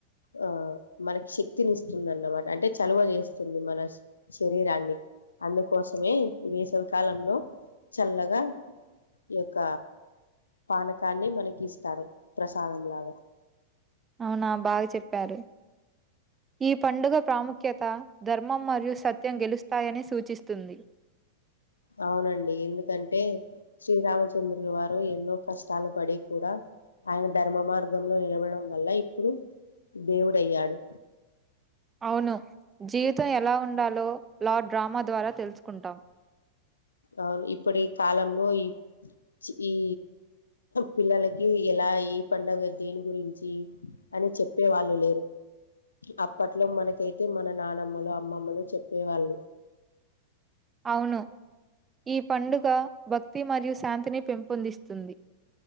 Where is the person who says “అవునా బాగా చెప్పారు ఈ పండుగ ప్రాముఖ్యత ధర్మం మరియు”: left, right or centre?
Right